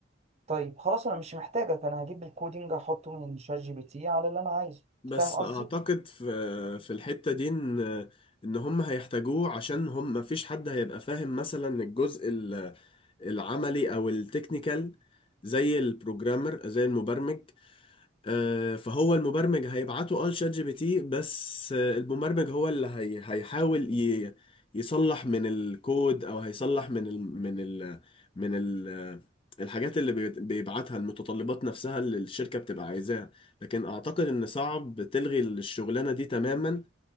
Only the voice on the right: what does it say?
طيب خلاص انا مش محتاجك انا هجيب الكودينج احطه من شات جي بي تي على اللي انا عايزه
فاهم قصدي؟